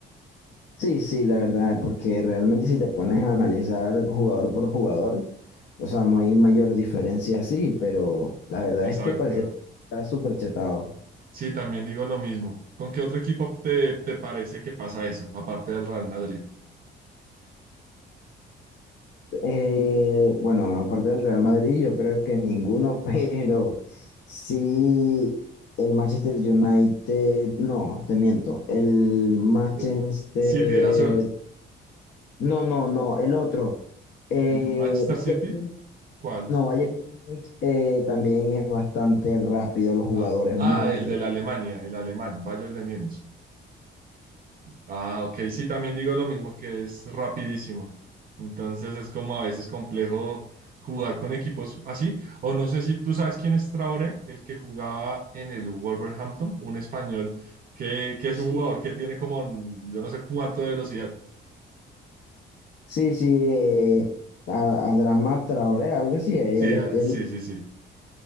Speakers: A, on the left; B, on the right.
A: Sí, sí, la verdad, porque realmente si te pones a analizar jugador por jugador, o sea, no hay mayor diferencia así, pero la verdad
B: Exacto.
A: es que pareciera que está súper chetado.
B: Sí, también digo lo mismo. ¿Con qué otro equipo te, te parece que pasa eso, aparte del Real Madrid?
A: Eh, bueno, aparte del Real Madrid, yo creo que ninguno, <laughs> pero sí el Manchester United, no, te miento, el Manchester,
B: El City, el azul.
A: no, no, no, el otro, eh,
B: ¿El Manchester
A: Bayern,
B: City? ¿Cuál?
A: no, Bayern, eh, también es bastante rápido, los jugadores
B: Ah, ah,
A: muy
B: el
A: rápido.
B: de la Alemania, el alemán, Bayern de Múnich. Ah, ok, sí, también digo lo mismo, que es rapidísimo. Entonces es como a veces complejo jugar con equipos así. O no sé si tú sabes quién es Traoré, el que jugaba en el Wolverhampton, un español que, que es
A: Sí,
B: un jugador que tiene como mm, yo no sé cuánto de velocidad.
A: sí, sí, eh, a, a Adama Traoré, algo así, eh,
B: Sí,
A: él, este,
B: ah, sí,
A: él,
B: sí, sí.